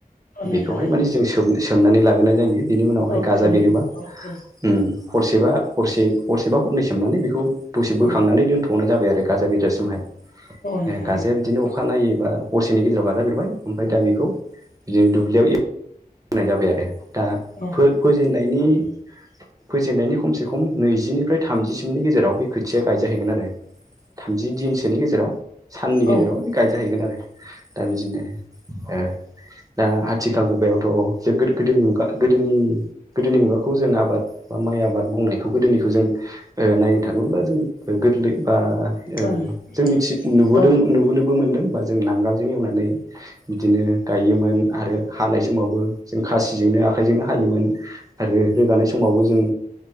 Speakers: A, on the left; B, on the right.
A: औ नोंथां
B: बेखौहाय
A: औ
B: माने जों सोम सोमनानै लागोनाय जायो। बिनि उनावहाय
A: औ
B: गाजा
A: सोमलि
B: बेरोबा
A: औ औ
B: उम हरसेबा हरसे हरसेबा हरनै सोमनानै बेखौ दसे बोखांनानै
A: औ
B: दोनथ'नाय जाबाय आरो गाजा बेजासिमहाय ए
A: औ नोंथां
B: गाजाया बिदिनो अखानायैबा हरसेनि गेजेराव गाजा बेेरबाय ओमफ्राय दा बेखौ बिदिनो दुब्लियाव फोनाय जाबाय आरो दा
A: औ
B: फो फोजेननायनि फोजेननायनि खमसे खम नैजिनिफ्राय थामजिसिमनि गेजेराव बे खोथिया गायजाहैगोन आरो। थामजि दिनसोनि गेजेराव साननि
A: औ
B: गेजेराव गायजाहैगोन आरो दा बिदिनो <unintelligible> दा आथिखाल मुगायावथ' गोदो गो गोदोनि गोदोनि मुगाखौ जों आबाद बा माइ आबाद मावनायखौ गोदोनिखौ जों ओ नायनो थाङोब्ला जों गोरलै बा जों
A: औ
B: मिथि नुबोदों
A: औ
B: नुबोनो मोनदों बा जों नांगालजों एवनानै बिदिनो गायोमोन आरो हानाय समावबो जों खासिजोंनो आखाइजोंनो हायोमोन आरो रोगानाय समावबो जों